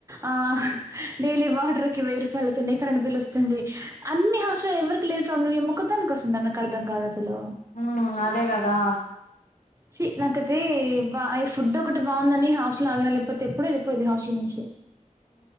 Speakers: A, on the right; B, on the left.
A: ఆ డైలీ వాటర్ కి వేరు వాళ్ళతోనే కరెంటు బిల్ వస్తుంది అన్ని హాస్లు ఎవరికి లేని ప్రాబ్లం ఈమొక్కదానికే వస్తుంద నాకు అర్థం కాదు అసలు
B: ఊ అదే కదా
A: చి నాకతే వ ఈ ఫుడ్ ఒకటి బాగుందని హాస్టల్ ఆగిన లేకపోతే ఎపుడో వెళ్ళపోది ఈ హాస్టల్ నుంచి